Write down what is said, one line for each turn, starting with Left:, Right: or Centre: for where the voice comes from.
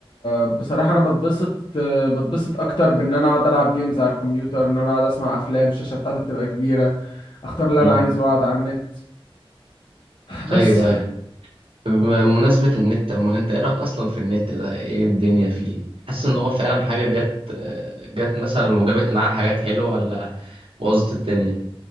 Left: بصراحة أنا بتبسط بتبسط أكتر بإن أنا أقعد ألعب جيمز على الكمبيوتر إن أنا أقعد أسمع أفلام الشاشة بتاعتي بتبقى كبيرة أختار اللي
Right: آه،
Left: أنا عايزه وأقعد على النت بس
Right: ايوه بمناسبة النت اما انت ايه رأيك اصلا في النت ده ايه الدنيا فيه حاسس ان هو فعلا حاجة جت جت مثلا وجابت معاها حاجات حلوة ولا بوظت الدنيا